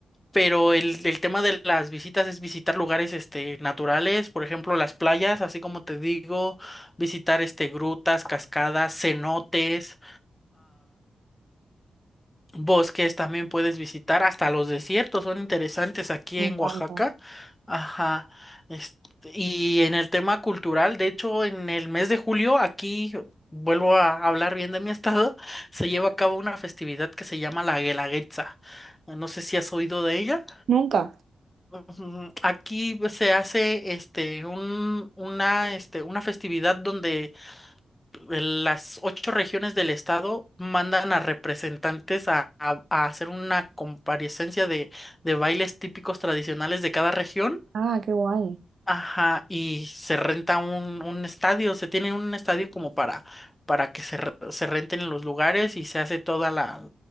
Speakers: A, on the left; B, on the right.
A: pero el, el tema de las visitas es visitar lugares, este, naturales, por ejemplo, las playas, así como te digo, visitar, este, grutas, cascadas, cenotes, Bosques también puedes visitar, hasta los desiertos son interesantes aquí
B: Me
A: en
B: encanta.
A: Oaxaca. Ajá. este, y en el tema cultural, de hecho, en el mes de julio, aquí vuelvo a hablar bien de mi <laughs> estado, se lleva a cabo una festividad que se llama la Guelaguetza. No sé si has oído de ella.
B: Nunca.
A: Ujú, Aquí pues, se hace este un, una, este, una festividad donde las ocho regiones del estado mandan a representantes a, a- a hacer una comparecencia de, de bailes típicos tradicionales de cada región
B: Ah, qué guay.
A: Ajá, y se renta un, un estadio, se tiene un estadio como para, para que se, re- se renten los lugares y se hace toda la,